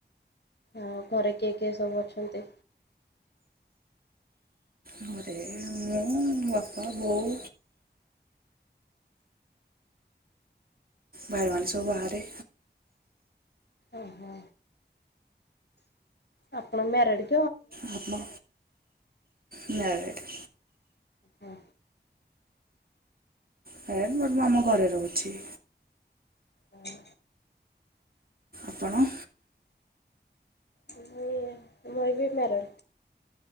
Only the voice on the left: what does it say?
ଆଉ ଘରେ କିଏ କିଏ ସବୁ ଅଛନ୍ତି?
ଓ ହୋ। ଆପଣ ମ୍ୟାରେଡ?
ହଁ।
ହୁଁ,
ହୁଁ। ମୁଁ ବି ମ୍ୟାରେଡ।